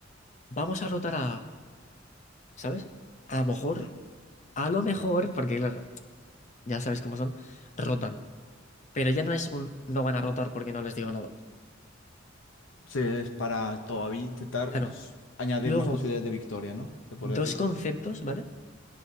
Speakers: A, on the left (about 40°); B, on the left (about 80°).
A: vamos a rotar a, ¿sabes? A lo mejor,
B: Mm.
A: a lo mejor, porque claro, ya sabes cómo son, rotan. Pero ya no es un no van a rotar porque no les digo nada.
B: Sí, es para todavía intentar
A: Claro.
B: s- añadir
A: Luego,
B: más posibilidades de victoria, ¿no? Se podría
A: dos
B: decir.
A: conceptos, ¿vale?